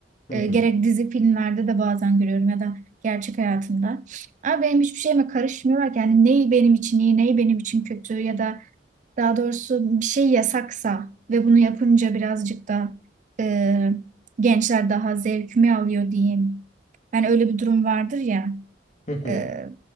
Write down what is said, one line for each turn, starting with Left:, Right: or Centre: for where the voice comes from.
Left: Hı
Right: E,
Left: hı.
Right: gerek dizi filmlerde de bazen görüyorum ya da gerçek hayatımda. Ama benim hiçbir şeyime karışmıyorlar ki. Yani neyi benim için iyi, neyi benim için kötü ya da daha doğrusu bir şey yasaksa ve bunu yapınca birazcık da e, gençler daha zevkimi alıyor diyeyim. Yani öyle bir durum vardır ya.
Left: Hı hı.
Right: e,